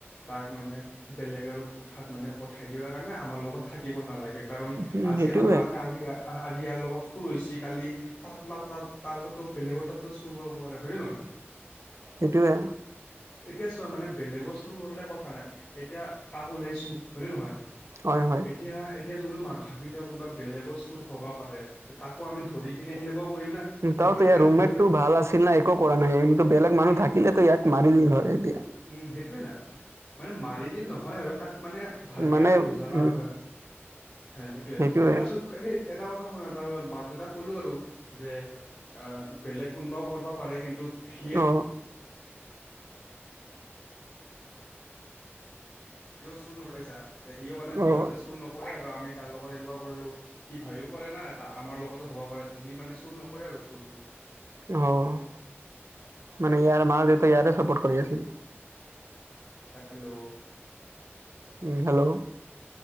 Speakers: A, on the left (about 45°); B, on the right (about 85°).
A: তাক মানে, বেলেগ আৰু কোঠাত মানে পঠাই দিয়া কাৰণে আমাৰ লগত থাকিব নালাগে, কাৰণ
B: উম,
A: আজি
B: সেইটোৱে
A: আমাৰ আজি আজি ইয়াৰ লগত চুৰ হৈছে, কালি <unintelligible> তাৰতাতো, বেলেগৰ তাতো চুৰ কৰিব পাৰে। হয় নহয়?
B: সেটোৱে।
A: এতিয়া চোৱা মানে বেলেগৰ চুৰ কৰলে কথা নাই, এতিয়া তাক ওলাইছোঁ হয়নে নহয়?
B: হয়, হয়।
A: এতিয়া এতিয়া যোনো মা ভাবিলা কোনবা বেলেগৰ চুৰ হ'বা পাৰে তাকো আমি ধৰি তেনে এনেকুৱা কৰিম না। তে
B: তাউট
A: সি মানে
B: ইয়াৰ ৰুমেটটো
A: ভয়
B: ভাল আছিল না, একো কৰা নাই। কিন্তু বেলেগ মানুহ
A: উম
B: থাকিলেতো ইয়াক মাৰি দিল হয় এতিয়া।
A: উম, সেইটোয়ে না। মানে মাৰি দিল নহয় আৰু তাক মানে ভালকে
B: মানে
A: আৰু বুজালা
B: উম
A: হয়। হে, সেটোৱে।
B: সেইটোৱে
A: তাৰপিছত সেই এটা কথা শুনা, তাৰ মাক দেউতাক ক'লো আৰু যে আ বেলেগ কোনোবাও কৰিবা পাৰে কিন্তু সিয়ে
B: অ।
A: সিও চুৰ <unintelligible> পাইছা। সিও মানে ভয়তে
B: অ
A: চুৰ নকৰে আৰু আমি তাৰ লগত এনেকুৱা কৰিলো। সি ভাবিব পাৰে না এটা আমাৰ লগতো হ'বা পাৰে সি মানে চুৰ নকৰে আৰু চুৰটো।
B: অ'। মানে ইয়াৰ মা দেউতা ইয়াৰে চাপৰ্ট কৰি আছিল।
A: হেল্ল'।
B: Um, hello.